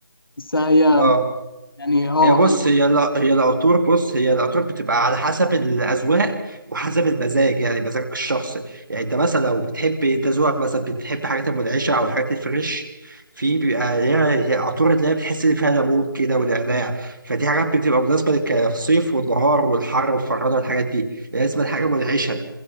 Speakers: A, on the left (about 75°); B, on the right (about 60°).
A: بحسها هي
B: آه
A: يعني اه
B: هي بص
A: قلب
B: هي لا هي العطور بص هي العطور بتبقى على حسب الاذواق وحسب المزاج يعني مزاجك الشخصي يعني انت مثلا لو بتحب انت ذوقك مثلا بتحب حاجات المنعشه او الحاجات الفريش في بيبقى ليها ليها عطور اللي هي بتحس ان فيها ليمون كده ونعناع فدي حاجات بتبقى مناسبه للصيف والنهار والحر والفرهده والحاجات دي لازم حاجه منعشه